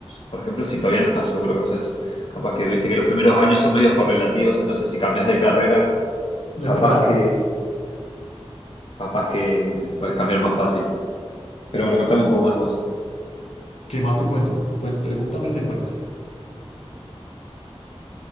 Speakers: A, on the left (about 55°); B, on the left (about 80°).
A: por ejemplo, si todavía no estás seguro qué haces. Capaz que viste que los primeros años son medios correlativos, entonces si cambias de carrera,
B: No
A: capaz
B: es tan grave.
A: que, capaz que puedes cambiar más fácil. Pero bueno, contame un poco más de vos.
B: ¿Qué más te cuento? Cuen- pregúntame y te cuento.